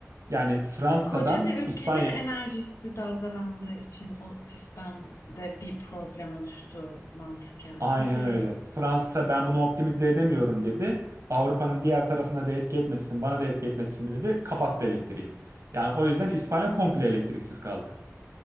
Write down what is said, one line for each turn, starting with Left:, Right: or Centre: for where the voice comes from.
Right: Yani Fransa'dan
Left: Koca bir ülkenin
Right: İspanya
Left: enerjisi dalgalandığı için o sistemde bir problem oluştu mantıken
Right: Aynen
Left: tabii.
Right: öyle. Fransa ben bunu optimize edemiyorum dedi. Avrupa'nın diğer tarafına da etki etmesin, bana da etki etmesin dedi. Kapattı elektriği. Yani o yüzden İspanya komple elektriksiz kaldı.